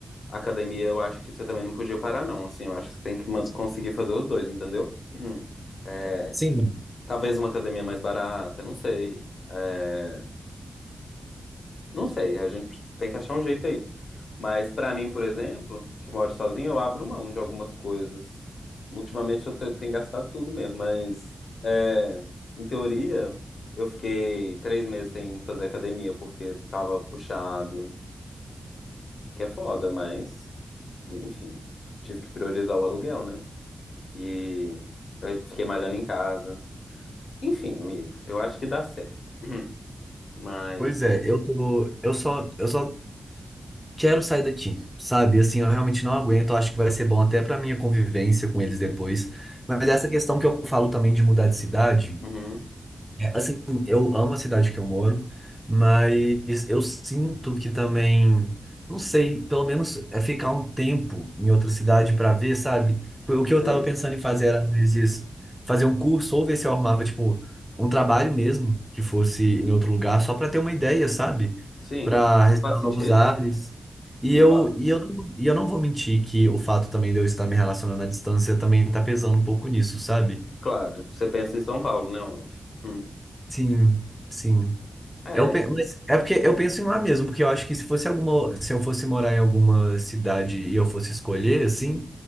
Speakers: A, on the left; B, in the centre.
A: academia eu acho que você também não podia parar, não. Assim, eu acho que você tem que man- conseguir fazer os dois, entendeu? Uhum. É.
B: Sim.
A: Talvez uma academia mais barata, não sei. É, Não sei, a gente tem que achar um jeito aí. Mas pra mim, por exemplo, que moro sozinho, eu abro mão de algumas coisas. Ultimamente eu te- tenho gastado tudo mesmo, mas é, em teoria eu fiquei três meses sem fazer academia porque tava puxado, que é foda, mas enfim, tive que priorizar o aluguel, né? E aí fiquei malhando em casa. Enfim, amigo, eu acho que dá certo, mas
B: Pois é, eu tô, eu só, eu só quero sair daqui, sabe? Assim, eu realmente não aguento, eu acho que vai ser bom até pra minha convivência com eles depois. Mas essa questão que eu falo também de mudar de cidade.
A: uhum,
B: É, Assim, eu amo a cidade que eu moro, mas eu sinto que também, não sei, pelo menos é ficar um tempo em outra cidade para ver, sabe? Foi O que eu
A: sei.
B: tava pensando em fazer era, às vezes, fazer um curso ou ver se eu arrumava, tipo, um trabalho mesmo, que fosse em outro lugar, só para ter uma ideia, sabe?
A: Sim,
B: Para restaurar
A: faz sentido.
B: novos ares. E
A: E
B: eu,
A: qua-
B: e eu não, e eu não vou mentir que o fato também de eu estar me relacionando à distância também tá pesando um pouco nisso, sabe?
A: claro, você pensa em São Paulo, né, óbvio. Hum.
B: Sim, sim.
A: É,
B: Eu, pe- mas é porque eu penso em lá mesmo, porque eu acho que se fosse alguma, se eu fosse morar em alguma cidade e eu fosse escolher, assim,